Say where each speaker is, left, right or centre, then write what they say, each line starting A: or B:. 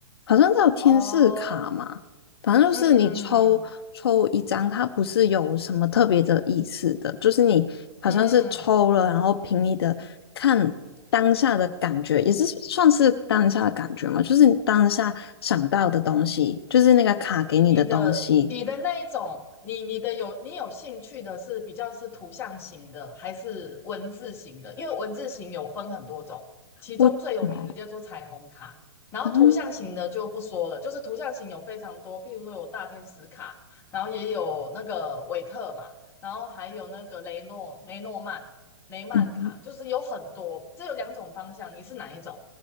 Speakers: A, on the left (about 65°); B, on the left (about 15°).
A: 好像叫天使卡嘛，
B: 哦，
A: 反正就是你抽抽一张，
B: 嗯
A: 它不是有什么特别的意思的，就是你好像是抽了，
B: 嗯。
A: 然后凭你的看当下的感觉，也是算是当下的感觉嘛，就是你当下想到的东西，就是那个卡给你的东西，
B: 你的你的那一种，你你的有你有兴趣的是比较是图像型的，还是文字型的？因为文字型有分很多种，其中最有名的叫做彩虹卡，
A: 我嗯
B: 然后图像型的就不说了，
A: 哦
B: 就是图像型有非常多，譬如说有大天使卡，然后也有那个韦特嘛，然后还有那个雷诺雷诺曼雷曼卡，
A: 嗯
B: 就是有很多，这有两种方向，你是哪一种？